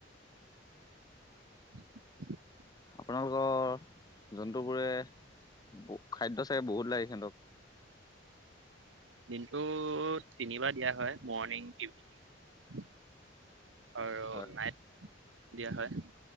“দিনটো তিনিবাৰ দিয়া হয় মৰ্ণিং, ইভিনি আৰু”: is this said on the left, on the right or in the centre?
Right